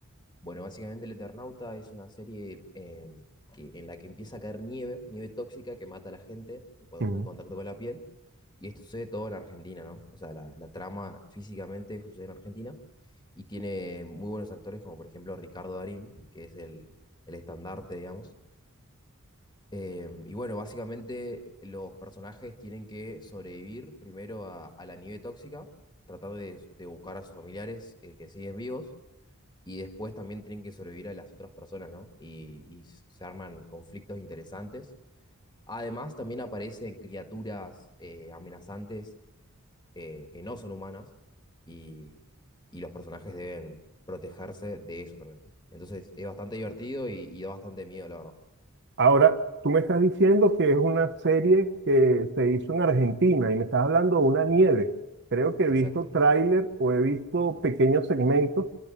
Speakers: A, on the left (about 20°); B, on the right (about 50°).
A: Bueno, básicamente El Eternauta es una serie eh, que, en la que empieza a caer nieve, nieve tóxica que mata a la gente cuando
B: Ujú.
A: está en contacto con la piel. Y esto sucede todo en Argentina, ¿no? O sea, la, la trama físicamente sucede en Argentina y tiene muy buenos actores como por ejemplo Ricardo Darín, que es el, el estandarte, digamos. Em, y bueno, básicamente los personajes tienen que sobrevivir primero a, a la nieve tóxica, tratar de, de buscar a sus familiares eh, que siguen vivos, y después también tienen que sobrevivir a las otras personas, ¿no? Y, y se arman conflictos interesantes. Además, también aparecen criaturas eh, amenazantes eh, que no son humanas, y, y los personajes deben protegerse de eso también. Entonces, es bastante divertido y, y da bastante miedo, la verdad.
B: Ahora, tú me estás diciendo que es una serie que se hizo en Argentina y me estás hablando de una nieve. Creo que he
A: Exacto.
B: visto tráiler o he visto pequeños segmentos